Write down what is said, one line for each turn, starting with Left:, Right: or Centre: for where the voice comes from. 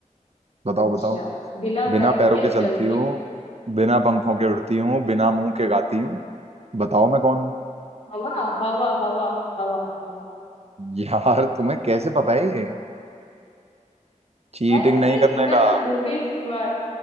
Right: बताओ
Left: अच्छा
Right: बताओ
Left: बिना
Right: बिना
Left: पैरों
Right: पैरों
Left: के
Right: के चलती
Left: चलती
Right: हूँ बिना पंखों के उड़ती हूँ बिना मुंह के गाती हूँ बताओ मैं कौन हूँ
Left: हवा हवा हवा हवा हवा
Right: यार तुम्हें कैसे पता है ये चीटिंग
Left: अरे
Right: नहीं करने
Left: मैं
Right: का
Left: तो हूँ ही स्मार्ट